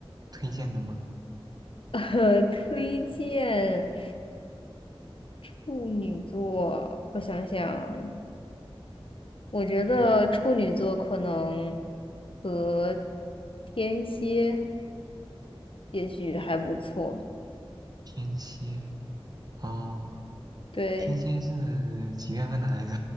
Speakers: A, on the right (about 40°); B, on the left (about 65°).
A: 推荐的吗？
B: <laughs> 呃，推荐处女座，我想想，我觉得处女座可能
A: 嗯，
B: 和天蝎也许还不错。
A: 天蝎哦，
B: 对
A: 天蝎是几月份的来着？